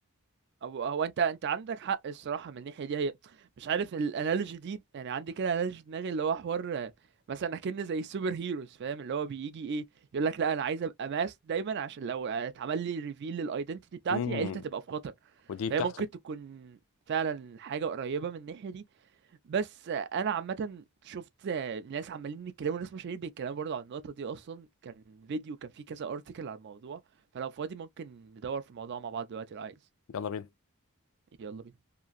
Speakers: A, on the right (about 50°); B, on the left (about 60°).
A: هو هو انت انت عندك حق الصراحه من الناحيه دي هي مش عارف الانالوجي دي يعني عندي كده انالوجي في دماغي اللي هو حوار آه، مثلا اكن زي السوبر هيروز فاهم اللي هو بيجي ايه يقول لك لا انا عايز ابقى ماس دايما عشان لو اتعمل لي ريفيل للايدنتيتي بتاعتي
B: امم
A: عيلتي هتبقى في خطر
B: ودي بتحصل
A: فهي ممكن تكون فعلا حاجه قريبه من الناحيه دي بس آه، انا عامه شفت آه، ناس عمالين يتكلموا ناس مشاهير بيتكلموا برضه عن النقطه دي اصلا كان فيديو كان فيه كذا ارتكل على الموضوع فلو فاضي ممكن ندور في الموضوع مع بعض دلوقتي لو عايز
B: يلا بينا
A: يلا بينا